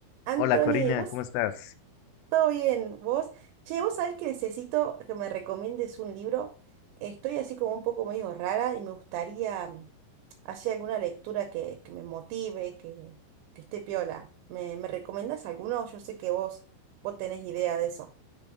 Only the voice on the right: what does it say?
Anthony,
vos,
todo bien, vos. Che, vos sabés que necesito que me recomiendes un libro. Estoy así como un poco medio rara y me gustaría mm, hacer alguna lectura que, que me motive, que, que esté piola. ¿Me, me recomendás alguno? Yo sé que vos, vos tenés idea de eso.